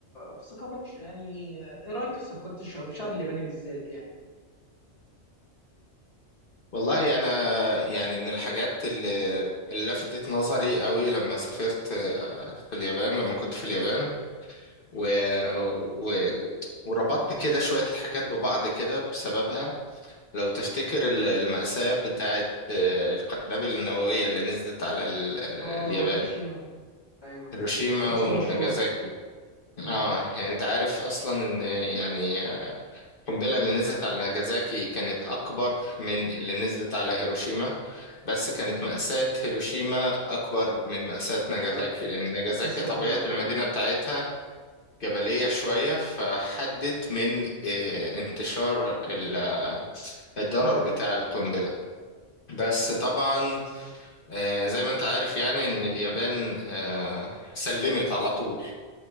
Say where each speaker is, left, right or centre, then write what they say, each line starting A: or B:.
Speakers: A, on the left; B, on the left.
A: في ثقافه ش- يعني ايه رايك في ثقافات الشعوب الشعب الياباني بالذات يعني
B: والله انا يعني من الحاجات اللي, اللي لفتت نظري قوي لما سافرت آه، في اليابان لما كنت في اليابان و... و... وربطت كده شوية حاجات ببعض كده بسببها لو تفتكر ال- المأساة بتاعت آه، القنابل النووية اللي نزلت على ال- آه،
A: اه
B: اليابان
A: هيروشيما ايوه
B: هيروشيما
A: الحادثه
B: وناجازاكي
A: المشهوره
B: اه
A: امم
B: يعني انت عارف اصلا ان يعني القنبلة اللي نزلت على ناجازاكي كانت اكبر من اللي نزلت على هيروشيما بس كانت مأساة هيروشيما اكبر من مأساة ناجازاكي
A: آه.
B: لان ناجازاكي
A: لسه
B: طبيعة
A: آه.
B: المدينة
A: آه.
B: بتاعتها جبلية شوية فحدت من آه، انتشار ال- آه، الضرر
A: قنبله
B: بتاع القنبلة بس طبعا آه، زي ما انت عارف يعني ان اليابان آه، سلمت على طول